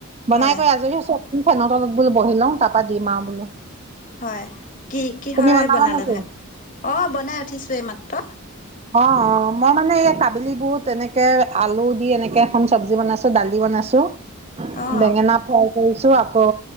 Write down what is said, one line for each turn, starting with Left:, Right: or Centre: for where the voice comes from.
Right: বনাই
Left: হয়
Right: কৈ আজৰি হৈ ফেনত তলত বোলো বহি লওঁ তাৰপা দিম আৰু বোলো।
Left: হয় কি কিহৰে
Right: তুমি বনালা
Left: বনালে
Right: নেকি?
Left: ভাত? অ', বনাই উঠিছোঁ মাত্ৰ‌।
Right: অ', অ', মই মানে এই কাবেলী বুট তেনেকে আলু দি এনেকে এখন চব্জি বনাইছোঁ, দালি বনাই আছোঁ।
Left: অঁ
Right: বেঙেনা ফ্ৰাই কৰিছো, আকৌ